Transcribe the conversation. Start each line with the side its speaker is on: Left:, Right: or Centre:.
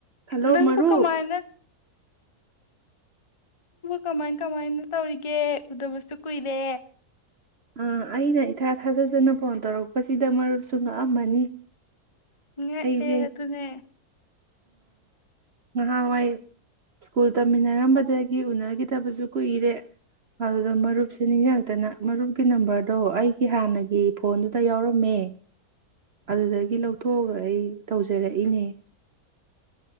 Right: hello
Left: ꯅꯪꯕꯨ
Right: ꯃꯔꯨꯞ
Left: ꯀꯃꯥꯏꯅ ꯀꯃꯥꯏ ꯀꯃꯥꯏꯅ ꯇꯧꯔꯤꯒꯦ ꯎꯗꯕꯁꯨ ꯀꯨꯏꯔꯦ
Right: ꯑꯥ ꯑꯩꯅ ꯏꯊꯥ ꯊꯥꯖꯗꯨꯅ ꯐꯣꯟ ꯇꯧꯔꯛꯄꯁꯤꯗ ꯃꯔꯨꯞꯁꯨ ꯉꯛꯑꯝꯃꯅꯤ
Left: ꯉ
Right: ꯑꯩꯁꯦ
Left: ꯑꯦ ꯑꯗꯨ ꯑꯗꯨꯅꯦ
Right: ꯉꯍꯥꯟꯋꯥꯏ ꯁ꯭ꯀꯨꯜ ꯇꯝꯃꯤꯟꯅꯔꯝꯕꯗꯒꯤ ꯎꯅꯈꯤꯗꯕꯁꯨ ꯀꯨꯏꯔꯦ ꯑꯗꯨꯗ ꯃꯔꯨꯞꯁꯦ ꯅꯤꯡꯖꯥꯛꯇꯅ ꯃꯔꯨꯞ ꯀꯤ ꯅꯝꯕꯔꯗꯣ ꯑꯩꯒꯤ ꯍꯥꯟꯅꯒꯤ ꯐꯣꯟꯗꯨꯗ ꯌꯥꯎꯔꯝꯃꯦ ꯑꯗꯨꯗꯒꯤ ꯂꯧꯊꯣꯛꯑꯒ ꯑꯩ ꯇꯧꯖꯔꯛꯏꯅꯦ